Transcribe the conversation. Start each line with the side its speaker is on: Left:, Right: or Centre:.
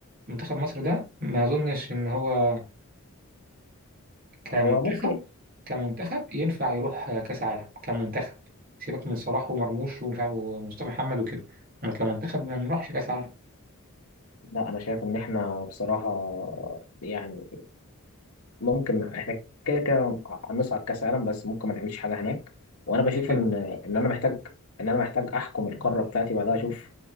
Right: منتخب مصر ده ما أظنش إن هو كمنتخب
Left: هو ممكن
Right: كمنتخب ينفع يروح كأس عالم كمنتخب سيبك من صلاح ومرموش ومش عارف ومصطفى محمد وكده أما كمنتخب ما نروحش كأس عالم
Left: لا أنا شايف إن إحنا بصراحة يعني ممكن احنا كده كده هنصعد كاس عالم بس ممكن ما نعملش حاجه هناك وانا بشوف
Right: دي كده
Left: ان ان انا محتاج ان انا محتاج احكم القاره بتاعتي وبعدها اشوف